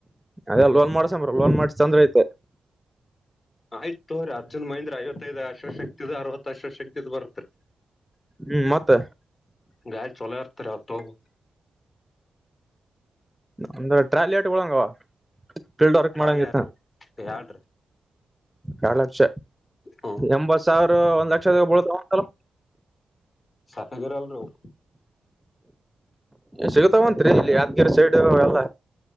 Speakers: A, in the centre; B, on the left (about 50°).
A: ಅದ ಲೋನ್ ಮಾಡ್ಸಂಬ್ರೀ ಲೋನ್ ಮಾಡಸ ತಂದ್ರ ಆಯಿತ
B: ಆಯ್ತ ತೋರಿ ಅರ್ಜುನ್ ಮಹೇಂದ್ರ ಐವತ್ತೈದ ಆ ಶಷ ಇದ ಅರವತ್ತು ಅಶ್ವಶಕ್ತಿ ಬರುತ್ತೆ
A: ಹ್ಮ್ ಮತ್
B: ಗಾಡಿ ಚಲೋ ಇರತರಿ ಅದ ತಗೋಬೇಕ್ರಿ
A: ಅಂದ್ರ ಟ್ರ್ಯಾಲಿ ಎಟ ಬೀಳಂಗವ ಫೀಲ್ಡ್ ವರ್ಕ್
B: ಟ್ರಾಲಿ
A: ಮಾಡಂಗಿತ್ತ
B: ಯಾರ ಯಾಡ್ರಿ
A: ಎರಡ್ ಲಕ್ಷ
B: ಹ್ಮ
A: ಎಂಬತ್ ಸಾವಿರ ಒಂದ್ ಲಕ್ಷದ ಬುಳತ್ತವಂತಲ್
B: ಸರ್ಯಾಗಿರಲ್ರಿವು
A: ಸಿಗತಾವಂತ್ರಿ ಇಲ್ಲಿ ಯಾದಗಿರಿ ಸೈಡ್ ಎಲ್ಲ